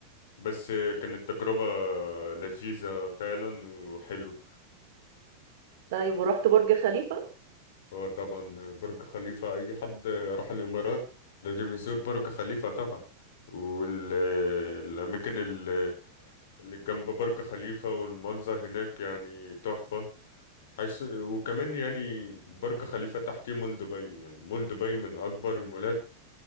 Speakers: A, on the left (about 55°); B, on the right (about 50°).
A: بس كانت تجربة لذيذة فعلا وحلوة
B: طيب ورحت برج خليفة؟
A: هو طبعا برج خليفة أي حد راح الإمارات لازم يزور برج خليفة طبعا والأماكن اللي جنب برج خليفة والمنظر هناك يعني تحفة حيث وكمان يعني برج خليفة تحتيه مول دبي يعني مول دبي من أكبر المولات